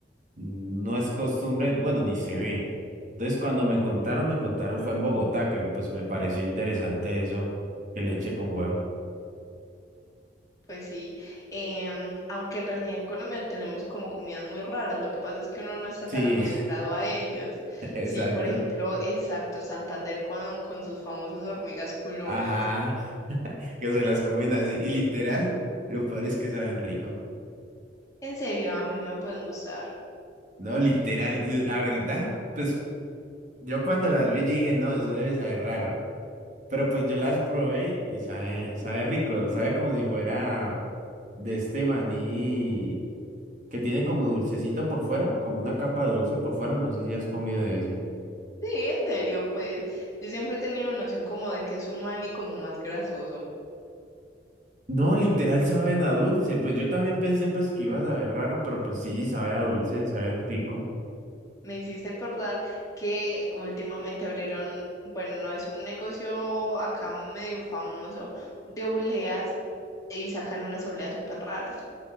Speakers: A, on the right; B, on the left.
A: no es costumbre, bueno, ni se ve. Entonces cuando me contaron, me contaron fue en Bogotá, que pues me pareció interesante eso, que leche con huevo.
B: Pues sí, em, aunque en realidad en Colombia tenemos como comidas muy raras, lo que pasa es que uno no está
A: Sí,
B: tan acostumbrado a ellos.
A: <laughs> exacto.
B: Sí, por ejemplo, exacto, Santander con, con sus famosas hormigas culonas.
A: Ajá, que se las comen así. Y literal, lo peor es que saben rico.
B: En serio, a mí no me pueden gustar.
A: No, literal, y la verdad, pues yo cuando las vi yo dije, no, eso debe saber raro. Pero pues yo las probé y sabe, sabe rico, sabe como si fuera de este maní que tiene como dulcecito por fuera, como una capa dulce por fuera, no sé si has comido de ese.
B: Sí, en serio, pues yo siempre he tenido noción como de que es un maní como más grasoso.
A: No, literal saben a dulce, pues yo también pensé pues que iba a saber raro, pero pues sí, sabe a dulce, sabe rico.
B: Me hiciste acordar que últimamente abrieron, bueno, no es un negocio acá medio famoso de obleas y sacan unas obleas súper raras.